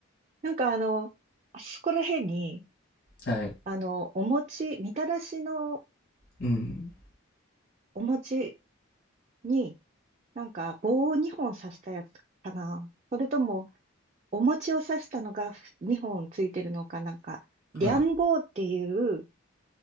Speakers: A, on the right; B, on the left.
A: なんかあの、あそこら辺に、
B: はい。
A: あの、お餅、みたらしの
B: うん。
A: お餅に、なんか棒を2本刺したやつかな。それとも、お餅を刺したのが2本ついてるのかなんか、
B: はい。
A: りゃん棒っていう